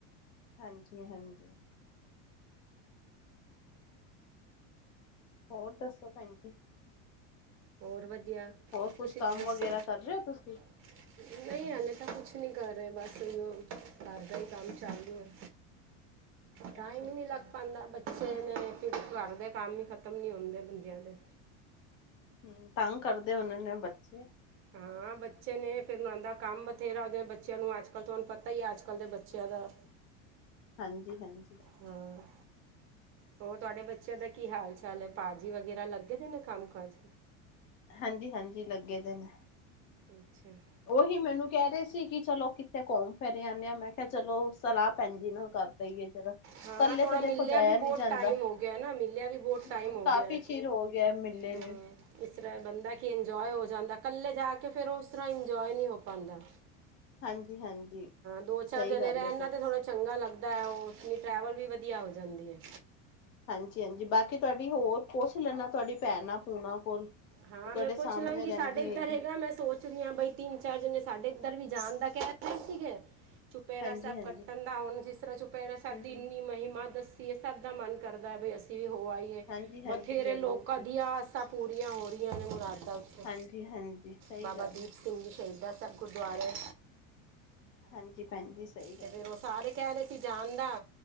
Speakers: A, on the left; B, on the right.
A: ਹਾਂਜੀ, ਹਾਂਜੀ ਹੋਰ ਦੱਸੋ ਭੈਣ ਜੀ?
B: ਹੋਰ ਵਧੀਆ।
A: ਹੋਰ ਕੁਛ
B: ਤੁਸੀਂ
A: ਕੰਮ
B: ਦੱਸੋ
A: ਵਗੈਰਾ ਕਰ ਰਹੇ ਹੋ ਤੁਸੀਂ?
B: ਨਹੀਂ ਅੇ ਤਾਂ ਕੁਛ ਨਹੀਂ ਕਰ ਰਹੇ। ਬਸ ਘਰ ਦਾ ਹੀ ਕੰਮ ਚਾਲੂ ਐ।
A: <unintelligible>
B: ਟਾਈਮ
A: ਅੱਛਾ-ਅੱਛਾ।
B: ਹੀ ਨੀ ਲੱਗ ਪੈਂਦਾ ਚ ਫੇਰ ਨੇ ਫਿਰ ਘਰ ਦੇ ਕੰਮ ਹੀ ਖਤਮ ਨ ਹੁੰਦੇ ਬੰਦਿਆਂ ਦੇ।
A: ਹੂੰ ਤੰਗ ਕਰਦੇ ਹੋਨੇ ਨੇ ਬੱਚੇ
B: ਹਾਂ ਬੱਚੇ ਨੇ ਫਿਰ ਓਨਾਂ ਕੰਮ ਬਥੇਰਾ ਹੋ ਬੱਚਿਆਂ ਨੂੰ ਅੱਜ ਕੱਲ੍ਹ ਤੁਹਾਨੂੰ ਪਤਾ ਹੀ ਆ। ਅੱਜ-ਕੱਲ ਦੇ ਬੱਚਿਆਂ ਦਾ।
A: ਹਾਂਜੀ, ਹਾਂਜੀ
B: ਹਾਂ ਹੋਰ ਤੁਹਾਡੇ ਬੱਚਿਆਂ ਦਾ ਕੀ ਹਾਲ ਚਾਲ ਐ? ਭਾਜੀ ਵਗੈਰਾ ਲੱਗੇ ਦੇ ਨੇ ਕੰਮ ਕਾਜ?
A: ਹਾਂਜੀ, ਹਾਂਜੀ ਲੱਗੇ ਵੇ ਨੇ।
B: ਅੱਛਾ ਉਹ
A: ਉਹੀ ਮੈਨੂੰ
B: ਹੀ
A: ਕਹਿ ਰਹੇ ਸੀ ਕਿ ਚਲੋ ਕਿੱਥੇ ਘੁੰਮ ਫਿਰ ਆਨੇ ਆ। ਮੈਂ ਚਲੋ ਸਲਾਹ ਭੈਣ ਜੀ ਨੂੰ ਕਰ ਲਈਏ, ਜਦ ਇਕੱਲੇ
B: ਹਾਂ ਥੋੜਾ
A: ਤੇ ਦੇਖੋ
B: ਮਿਲਿਆ
A: ਜਾਇਆ
B: ਵੀ ਬਹੁਤ
A: ਨਈ ਜਾਂਦਾ।
B: ਟਾਈਮ ਹੋ ਗਿਆ ਹੈ ਨਾ ਮਿਲਿਆ ਵੀ ਬਹੁਤ
A: ਹੂੰ
B: ਟਾਈਮ ਹੋ
A: ਕਾਫੀ
B: ਗਿਆ ਹੈ
A: ਚਿਰ ਹੋ ਗਿਆ ਮੀਲੇ
B: ਹਾਂ
A: ਨਈ।
B: ਇਸ ਤਰ੍ਹਾਂ ਬੰਦਾ ਕਿ ਇੰਜੋਏ ਹੋ ਜਾਂਦਾ। ਇਕੱਲੇ ਜਾ ਕੇ ਫਿਰ ਉਸ ਤਰ੍ਹਾਂ ਇੰਜੋਏ ਨਹੀਂ ਹੋ ਪਾਦਾਂ।
A: ਹਾਂਜੀ, ਹਾਂਜੀ
B: ਦੋ ਚਾਰ
A: ਸਹੀ
B: ਜਣੇ
A: ਗੱਲ
B: ਰਹਿਣ
A: ਹੈ ਤੁਹਾਡੀ
B: ਨਾਲ ਤਾਂ ਥੋੜ੍ਹਾ ਚੰਗਾ ਲੱਗਦਾ ਐ। ਓਨੀ ਟਰੈਵਲ ਵੀ ਵਧੀਆ ਹੋ ਜਾਂਦੀ ਐ।
A: ਹਾਂਜੀ, ਹਾਂਜੀ ਬਾਕੀ ਤੁਹਾਡੀ ਹੋਰ ਪੁਛ ਲੈਣਾ ਤੁਹਾਡੀ ਭੈਣ ਭੂਣਾ ਕੋਲ।
B: ਹਾਂ
A: ਉਹ ਤੁਹਾਡੇ
B: ਮੈਂ
A: ਸਾਹਮਣੇ
B: ਪੁੱਛ ਲਾਂਗੀ
A: ਰਹਿੰਦੀ
B: ਸਾਡੇ ਇੱਧਰ
A: ਹੈਗੀ
B: ਹੈਗਾ ਮੈਂ ਸੋਚ ਰੀਆਂ ਬਈ ਤਿੰਨ-ਚਾਰ ਜਣੇ ਸਾਡੇ ਇੱਧਰ ਵੀ ਜਾਣ ਦਾ ਕਹਿ ਰਹੇ ਸੀਗੇ। ਚੁਪੈਰਾ
A: ਹਾਂਜੀ
B: ਸਾਹਿਬ
A: ਹਾਂਜੀ
B: ਕੱਟਣ ਦਾ। ਹੁਣ ਜਿਸ ਤਰ੍ਹਾਂ ਚੁਪਹਿਰਾ ਸਾਹਿਬ
A: ਹੂੰ
B: ਦੀ
A: ਹੂੰ
B: ਇੰਨੀ ਮਹਿਮਾ ਦੱਸੀ ਇਹ ਸਭ ਦਾ ਮਨ ਕਰਦਾ ਹੈ ਬੀ ਅਸੀਂ ਵੀ ਹੋ ਆਈਏ
A: ਹਾਂਜੀ ਹਾਂਜੀ
B: ਬਥੇਰੇ
A: ਜ਼ਰੂਰ
B: ਲੋਕਾਂ
A: ਜੀ
B: ਦੀਆ ਆਸਾ ਪੂਰੀਆਂ ਹੋ ਰਹੀਆਂ ਨੇ ਮੁਰਾਦਾਂ ਓਥੇ
A: ਹਾਂਜੀ ਹਾਂਜੀ ਸਹੀ
B: ਬਾਬਾ
A: ਗੱਲ
B: ਦੀਪ
A: ਹੈ
B: ਸਿੰਘ ਜੀ ਸ਼ਹੀਦਾਂ ਸਾਹਿਬ ਗੁਰਦੁਆਰੇ
A: ਹਾਂਜੀ ਭੈਣ ਜੀ ਸਹੀ ਗੱਲ
B: ਤੇ ਫਿਰ
A: ਐ।
B: ਉਹ ਸਾਰੇ ਕਹਿ ਰਹੇ ਸੀ ਜਾਣ ਦਾ।